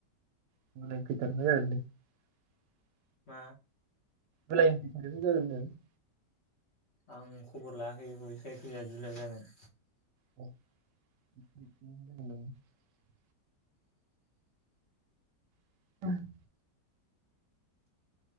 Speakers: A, on the right; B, on the left.
A: होमबालाय खैटानिफ्राय जागोननो <unintelligible>
B: मा
A: बेलायनिफ्राय खैटानि <unintelligible> जागोन <unintelligible> गिरदों <unintelligible>
B: आं खबर लायाखै बेखौ जाय जायखि जुलाइआव जागोन
A: <unintelligible> <inaudible>